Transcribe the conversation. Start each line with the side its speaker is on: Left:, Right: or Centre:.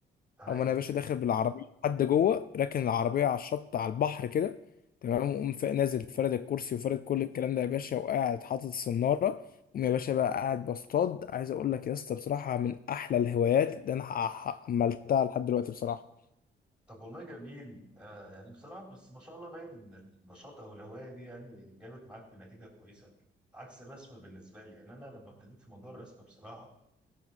Centre: هاي
Left: او انا يا باشا داخل بالعربيه حد جوه راكن العربيه على الشط على البحر كده تمام وقوم فا- نازل فارد الكرسي وفارد كل الكلام ده يا باشا وقاعد حاطط السناره قوم يا باشا بقى قاعد بصطاد عايز اقول لك يا اسطى بصراحه من احلى الهوايات اللي انا ح- ح- عملتها لحد دلوقتي بصراحه
Centre: طب والله جميل آه يعني بصراحه بس ما شاء الله باين ان النشاط او الهوايه دي يعني جابت معاك بنتيجه كويسه عكس الرسم بالنسبه لي يعني انا لما ابتديت في موضوع الرسم بصراحه